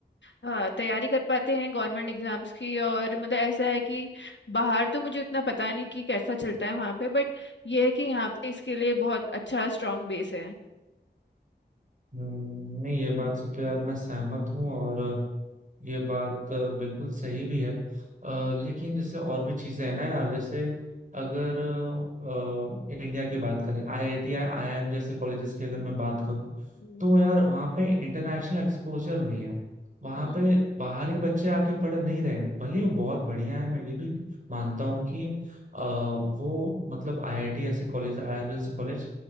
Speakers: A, on the left; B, on the right.
A: अ, तैयारी कर पाते हैं गवर्नमेंट एग्जाम्स की और मतलब ऐसा है कि बाहर तो मुझे उतना पता नहीं कि कैसा चलता है वहाँ पे बट ये है कि यहाँ पे इसके लिए बहुत अच्छा स्ट्रांग बेस है
B: हम्म, नहीं ये बात से तो यार मैं सहमत हूँ और ये बात अ, बिल्कुल सही भी है अ, लेकिन जैसे और भी चीजें हैं ना यार जैसे अगर अ, इंडिया की बात करें आईआईटी आईआईएम जैसे कॉलेजेस की अगर मैं बात करूं
A: हम्म।
B: तो यार वहाँ पे इंटरनेशनल एक्सपोजर नहीं है वहाँ
A: हम्म
B: पे बाहरी बच्चे आके पढ़ नहीं रहे हैं भले ही वो बहुत बढ़िया है मैं ये भी मानता हूँ कि अ, वो मतलब आईआईटी जैसे कॉलेज आईआईएम जैसे कॉलेज